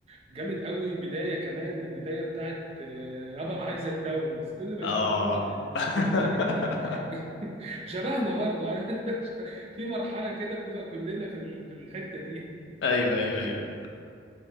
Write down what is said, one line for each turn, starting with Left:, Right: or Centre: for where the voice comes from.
Right: جامد قوي بداية كمان البداية بتاعت آه، يابا عايز اتجوز كل ما يشوف
Left: اه
Right: ابوه انت
Left: <laughs>
Right: واخد بالك انت <laughs> شبهنا برضو عارف انت؟ <laughs> في مرحلة كده بنبقى كلنا في ال- في الحتة دي
Left: ايوه ايوه ايوه